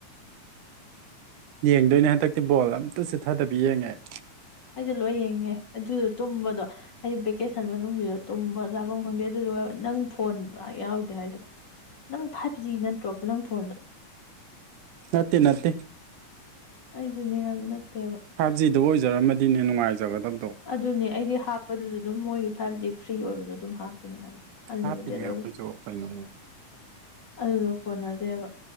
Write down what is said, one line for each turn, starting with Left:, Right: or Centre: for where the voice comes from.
Right: ꯌꯦꯡꯗꯣꯏꯅꯦ ꯍꯟꯗꯛꯇꯤ ꯕꯣꯜ ꯑꯝꯇ ꯆꯤꯠꯊꯗꯕꯤ ꯌꯦꯡꯉꯦ ꯑꯩ
Left: ꯑꯩꯁꯨ ꯂꯣꯏ ꯌꯦꯡꯉꯦ ꯑꯗꯨꯗꯣ ꯇꯨꯝꯕꯗꯣ ꯍꯥꯏꯗꯤ ꯚꯦꯀꯦꯁꯟ ꯃꯅꯨꯡꯁꯤꯗ ꯇꯨꯝꯕ ꯆꯥꯐꯝ ꯈꯪꯗꯦ ꯑꯗꯨꯗꯨꯒ ꯅꯪ ꯐꯣꯟꯕ <unintelligible> ꯌꯥꯎꯗꯦ ꯍꯥꯏꯗꯣ ꯅꯪ ꯐꯥꯏꯚ ꯖꯤ ꯅꯠꯇ꯭ꯔꯣꯕ ꯅꯪ ꯐꯣꯟꯗꯣ
Right: ꯅꯠꯇꯦ ꯅꯠꯇꯦ
Left: ꯑꯩꯁꯨꯅꯦ ꯍꯥꯏꯕ ꯅꯠꯇꯦꯕ
Right: ꯐꯥꯏꯚ ꯖꯤꯗꯨ ꯑꯣꯏꯖꯔꯝꯃꯗꯤꯅꯦ ꯅꯨꯡꯉꯥꯏꯖꯒꯗꯕꯗꯣ
Left: ꯑꯗꯨꯅꯦ ꯑꯩꯗꯤ ꯍꯥꯞꯄꯗꯨꯗ ꯑꯗꯨꯝ ꯃꯣꯏꯒꯤ ꯐꯥꯏꯕ ꯖꯤ ꯐ꯭ꯔꯤ ꯑꯣꯏꯕꯗꯣ ꯑꯗꯨꯝ ꯍꯥꯞꯄꯤꯅꯦ ꯍꯥꯏꯕ ꯑꯟꯂꯤꯃꯤꯇꯦꯠ
Right: ꯍꯥꯞꯄꯤꯅꯦ
Left: ꯑꯣꯏꯕꯗꯣ
Right: ꯑꯩꯈꯣꯏꯁꯨ
Left: <unintelligible>
Right: ꯀꯩꯅꯣꯅꯦ
Left: ꯑꯗꯨꯗꯣ ꯀꯣꯟꯅꯗꯦꯕ